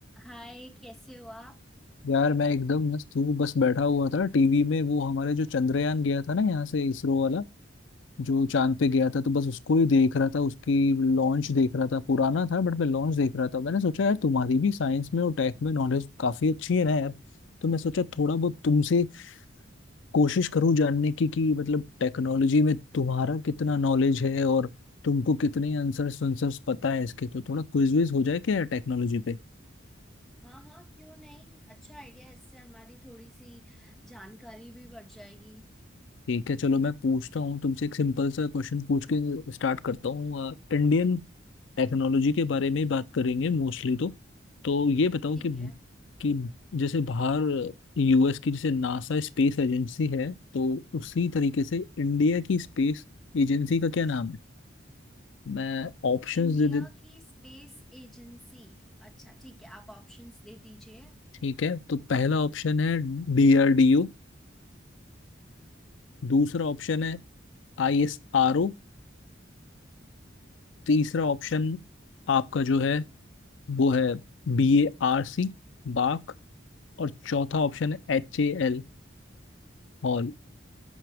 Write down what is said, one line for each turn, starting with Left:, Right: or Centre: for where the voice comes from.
Centre: हाय कैसे हो आप
Left: यार मैं एकदम मस्त हूँ बस बैठा हुआ था टीवी में वो हमारे जो चंद्रयान गया था ना यहाँ से इसरो वाला जो चांद पे गया था तो बस उसको ही देख रहा था उसकी लॉन्च देख रहा था पुराना था बट मैं लॉन्च देख रहा था मैंने सोचा यार तुम्हारी भी साइंस में और टेक में नॉलेज काफी अच्छी है ना यार तो मैं सोचा थोड़ा बहुत तुमसे कोशिश करूँ जानने की कि मतलब टेक्नोलॉजी में तुम्हारा कितना नॉलेज है और तुमको कितने आंसर्स आंसर्स पता है इसके तो थोड़ा क्विज विज हो जाए क्या यार टेक्नोलॉजी पे
Centre: हाँ हाँ क्यों नहीं अच्छा आइडिया इससे हमारी थोड़ी सी जानकारी भी बढ़ जाएगी
Left: ठीक है चलो मैं पूछता हूँ तुमसे एक सिंपल सा क्वेश्चन पूछ के स्टार्ट करता हूँ इंडियन टेक्नोलॉजी के बारे में ही बात करेंगे मोस्टली तो तो ये बताओ
Centre: ठीक
Left: कि
Centre: है
Left: कि जैसे बाहर यूएस की जैसे नासा स्पेस एजेंसी है तो उसी तरीके से इंडिया की स्पेस एजेंसी का क्या नाम है मैं ऑप्शंस
Centre: इंडिया
Left: दे दे
Centre: की स्पेस एजेंसी अच्छा ठीक है आप ऑप्शंस दे दीजिए
Left: ठीक है तो पहला ऑप्शन है डीआरडीओ दूसरा ऑप्शन है आईएसआरओ तीसरा ऑप्शन आपका जो है वो है बी ए आर सी बाक और चौथा ऑप्शन है एच ए एल हॉल